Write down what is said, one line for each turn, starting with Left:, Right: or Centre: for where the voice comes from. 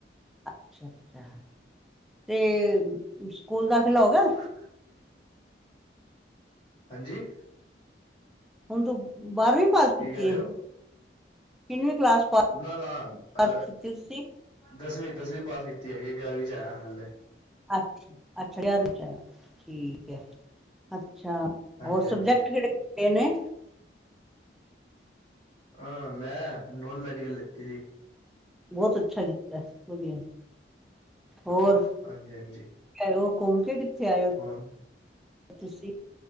Centre: ਅੱਛਾ- ਅੱਛਾ ਤੇ ਸਕੂਲ ਦਾ ਖਲਾਓਗਾ।
Left: ਹ <inaudible> ਹਾਂਜੀ।
Centre: ਹੁਣ ਤੂੰ ਬਾਰਵੀਂ ਪਾਸ
Left: ਕੀ
Centre: ਕੀਤੀ
Left: ਕਹਿ ਰਹੇ
Centre: ਹੈ ਕਿਨਵੀਂ ਕਲਾਸ?
Left: ਨਾ-ਨਾ
Centre: ਪਾਸ
Left: ਅ
Centre: ਕੀਤੀ ਤੁਸੀਂ
Left: ਦਸਵੀਂ-ਦਸਵੀਂ ਪਾਸ ਕੀਤੀ ਹੈਗੀ, ਗਿਆਰਵੀਂ 'ਚ ਆਇਆ ਹੱਲੇ।
Centre: ਅੱਛ- ਅੱਛਾ ਠੀਕ, ਹੈ ਅੱਛਾ।
Left: ਹਾਂਜੀ
Centre: ਹੋਰ
Left: ਹਾਂਜੀ
Centre: ਸਬਜੈਕਟ ਕਿਹੜੇ- ਕਿੜੇ ਨੇ?
Left: ਹਾਂ ਮੈਂ ਨੋਨ ਮੈਡੀਕਲ ਲੈਤੀ ਸੀ।
Centre: ਬਹੁਤ ਅੱਛਾ ਕੀਤਾ ਵਧੀਆ ਹੋਰ
Left: ਹਾਂਜੀ ਹਾਂਜੀ
Centre: ਹੋਰ ਘੁੰਮ ਕੇ ਕਿੱਥੇ ਆਏ ਹੋ
Left: ਹੁਣ
Centre: ਤੁਸੀਂ?